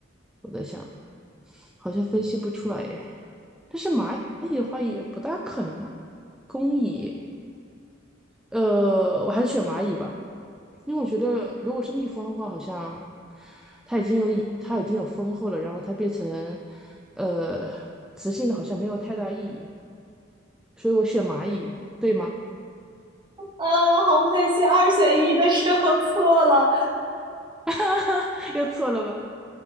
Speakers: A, in the centre; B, on the right.
A: 我在想，好像分析不出来诶。但是蚂蚁的话也不大可能啊，工蚁，呃，我还是选蚂蚁吧，因为我觉得如果是蜜蜂的话，好像它已经有蚁，它已经有蜂后了，然后它变成呃雌性的，好像没有太大意义。所以我选蚂蚁，对吗？
B: 啊，好可惜，二选一的时候 <laughs> 错了
A: <laughs> 又错了吧？